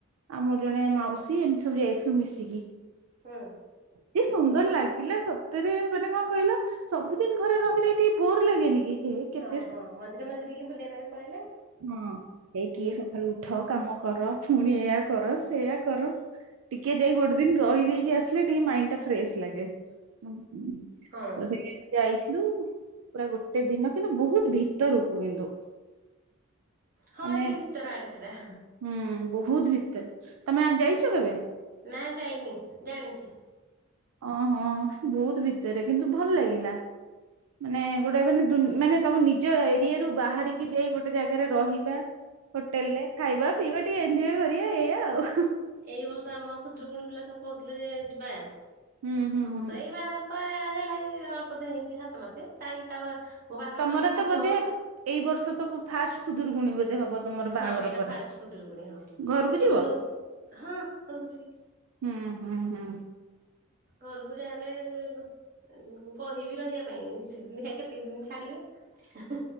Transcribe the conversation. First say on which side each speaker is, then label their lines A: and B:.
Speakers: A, on the right (about 80°); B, on the right (about 45°).
A: ଆଉ ମୋର ଜଣେ ମାଉସୀ, ଏମତି ସବୁ ଯାଇଥିଲୁ ମିଶିକି।
B: ହୁଁ।
A: କି ସୁନ୍ଦର ଲାଗିଲା ସତ ତାରେ ମାନେ କଣ କହିଲ, ସବୁଦିନ ଘରେ ରହିଲେ ଟିକେ ବୋର ଲାଗେନି କି? ହେ କେତେ
B: ହଁ ହଁ। ମଝିରେ ମଝିରେ ଟିକେ ବୁଲିଆ ପାଇଁ ପଳେଇଲେ
A: ହଁ। ଏଇ କିଏ ସଖାଳୁ ଉଠ, କାମ କର, ଫୁଣି ଏୟା କର, ସେୟା କର ଟିକେ ଯାଇ ଗୋଟେ ଦିନ ରହି ଦେଇକି ଆସିଲେ ଟିକେ ମାଇଣ୍ଡ ଟା ଫ୍ରେଶସ ଲାଗେ। ଉମ୍
B: ହଁ
A: ତ ସେଇ ଯାଇଥିଲୁ, ପୁରା ଗୋଟେ ଦିନ କିନ୍ତୁ ବହୁତ ଭିତରକୁ କିନ୍ତୁ।
B: ହଁ
A: ମାନେ
B: ଟିକେ ଭିତର ଆଡେ ସେଇଟା।
A: ହୁଁ ବହୁତ ଭିତରେ। ତମେ ଆ ଯାଇଚ କେବେ?
B: ନା ଯାଇନି, ଜାଣିଛି।
A: ଓହୋ, ବହୁତ ଭିତରେ କିନ୍ତୁ ଭଲ ଲାଗିଲା। ମାନେ ଗୋଟେ ମାନେ ଦୁନ ମାନେ ତମ ନିଜ ଏରିଆରୁୁ ବାହାରିକି ଯାଇ ଗୋଟେ ଜାଗାରେ ରହିବା ହୋଟେଲରେ ଖାଇବା, ପିଇବା, ଟିକେ ଏନ୍ଜୟ କରିଆ ଏଇଆ ଆଉ।
B: ଏଇ ବର୍ଷ ଆମ ଖୁଦୁରୁକୁଣୀ ପିଲା ସବୁ କହୁଥିଲେ ଯେ ଯିବା,
A: ହୁଁ ହୁଁ
B: ମୁଁ
A: ହୁଁ
B: ତ ଏଇ ବାହାଘର ତ ଏ ହେଲାକି ଏ ଅଳ୍ପ ଦିନ ହେଇଛି ଯେ ସାତ ମାସେ, ତା ଇଏ ତା ମୋ ବାହାଘର
A: ତମର
B: ଜଷ୍ଟ ପୂର୍ବ
A: ତ ବୋଧେ ଏଇ ବର୍ଷ ତ ଫାଷ୍ଟ ଖୁଦୁରୁକୁଣୀ ବୋଧେ ହବ? ତମର
B: ହଁ
A: ବାହାଘର
B: ଏଇଟା
A: ପରେ
B: ଫାଷ୍ଟ ଖୁଦୁରୁକୁଣୀ। ହଁ ଏଇ
A: ଘରକୁ ଯିବ?
B: ଯୋଉ ହଁ, ଘରକୁ ଯିବି।
A: ହୁଁ-ହୁଁ-ହୁଁ।
B: ଘରକୁ ଯାହାହେଲେ ଏଇନୁ କହିବି ରହିବା ପାଇଁ, ଯେ ଦିନିଆ କେତ ନି ଦିନ ଛାଡିବେ ଇ ହିଁ